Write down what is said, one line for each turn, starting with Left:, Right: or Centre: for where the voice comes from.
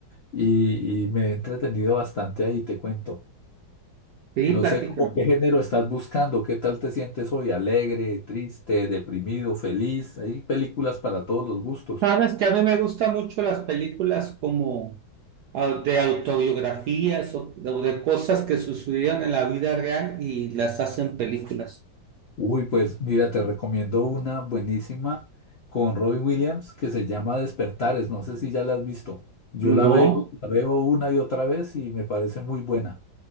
Left: y, y me he entretenido bastante ahí, te cuento.
Right: Sí,
Left: No
Right: platícame.
Left: sé cómo qué género estás buscando, qué tal te sientes hoy, alegre, triste, deprimido, feliz. Hay películas para todos los gustos.
Right: Sabes que a mí me gustan mucho las películas como ah, de autobiografías o o de cosas que sucedieron en la vida real y las hacen películas.
Left: Uy, pues mira, te recomiendo una buenísima con Robin Williams que se llama Despertares. No sé si ya la has visto. Yo la
Right: No,
Left: veo, la veo una y otra vez y me parece muy buena.